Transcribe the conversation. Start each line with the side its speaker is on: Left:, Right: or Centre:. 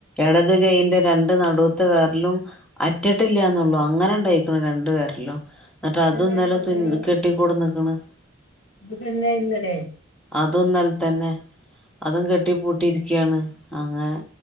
Centre: ഇടത് കൈന്റെ രണ്ടു നടൂത്തെ വെർലും അറ്റിട്ടില്ലന്നുള്ളൂ അങ്ങനെ ഉണ്ടായിക്കണ രണ്ടു വേറ്ലും എന്നിട്ടത്
Left: അതെങ്ങനെ
Centre: ഇന്നല
Left: ഇപ്പൊ അങ്ങനെ
Centre: തുന്നി കെട്ടി കൊടുന്ന്ക്ക്ണ്
Left: ഇത് എന്നെ ഇന്നല്ലെ
Centre: അതും ഇന്നലെ തന്നെ അതും കെട്ടി പൂട്ടിയിരിക്കാണ് അങ്ങനെ